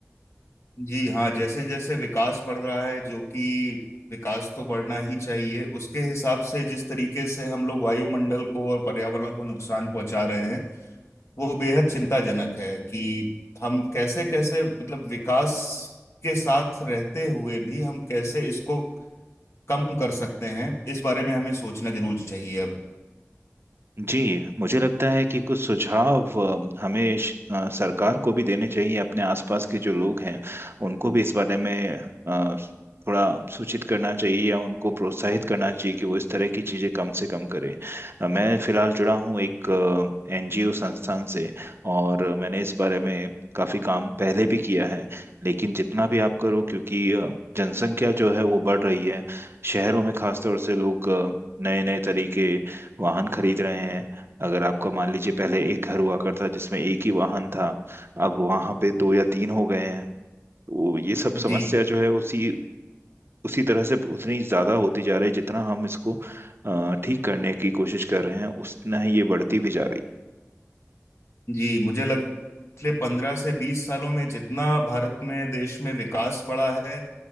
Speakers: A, on the left; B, on the right.
A: जी हाँ जैसे जैसे विकास बढ़ रहा है जो कि विकास तो बढ़ना ही चाहिए उसके हिसाब से जिस तरीके से हम लोग वायुमंडल को और पर्यावरण को नुकसान पहुंचा रहे हैं वो बेहद चिंताजनक है कि हम कैसे कैसे मतलब विकास के साथ रहते हुए भी हम कैसे इसको कम कर सकते हैं इस बारे में हमें सोचना जरूर चाहिए अब
B: जी मुझे लगता है कि कुछ सुझाव अ, हमें श- अ, सरकार को भी देने चाहिए अपने आसपास के जो लोग हैं उनको भी इस बारे में अ, थोड़ा सूचित करना चाहिए या उनको प्रोत्साहित करना चाहिए कि वो इस तरह की चीज़ें कम से कम करें अ, मैं फ़िलहाल जुड़ा हूँ एक एनजीओ संस्थान से और मैंने इस बारे में काफ़ी काम पहले भी किया है लेकिन जितना भी आप करो क्योंकि अ, जनसंख्या जो है वो बढ़ रही है शहरों में खासतौर से लोग नए नए तरीके वाहन खरीद रहे हैं अगर आपका मान लीजिए पहले एक घर हुआ करता जिसमें एक ही वाहन था अब वहां पे दो या तीन हो गए हैं तो ये सब समस्या
A: जी
B: जो है उसी उसी तरह से उतनी ज्यादा होती जा रही है जितना हम इसको अ, ठीक करने की कोशिश कर रहे हैं उतना ही ये बढ़ती भी जा रही
A: जी मुझे लग पिछले पंद्रह से बीस सालों में जितना भारत में देश में विकास बढ़ा है